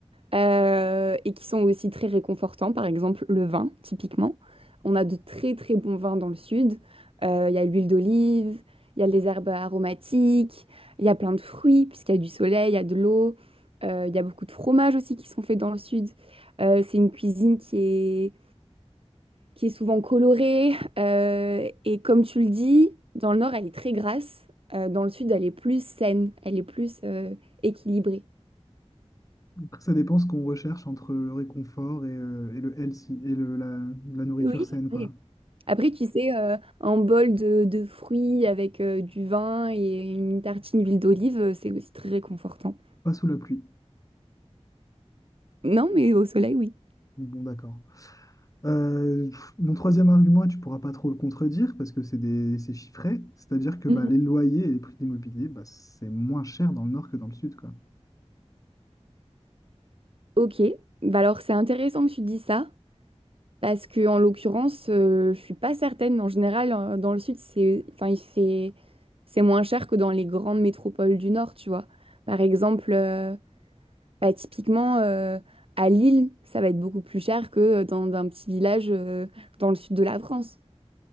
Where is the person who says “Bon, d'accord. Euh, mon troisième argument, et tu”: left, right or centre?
Left